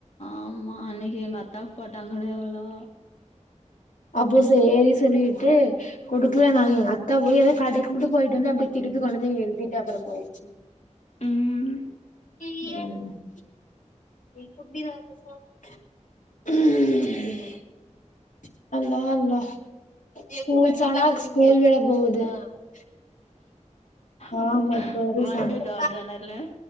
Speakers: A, on the left; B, on the left.
A: ஆமா அன்னக்கி எங்க அத்த போட்டாங்களே அல்லா
B: அப்ப சேரி சொல்லிட்டு குடுக்ல நாங்க அத்தா போய் ஏதோ கடைக்கு மட்டு போயிட்டு வந்து அப்டே திருப்பி கொண்டு வந் டிய நிறுத்திட்டு அப்றோ போயிடுச்சு
A: ம்
B: <inaudible> <inaudible> அல்லா அல்லா <unintelligible>
A: <unintelligible>
B: ஆமா இப்ப வரு
A: வந்துதா
B: சன
A: ஜனலு